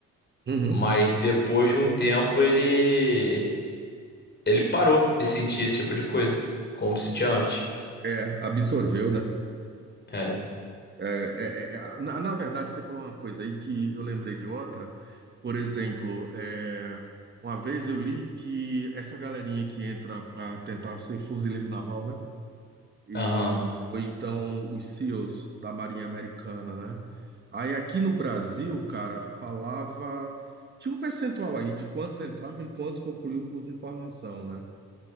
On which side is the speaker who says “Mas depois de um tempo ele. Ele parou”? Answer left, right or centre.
Left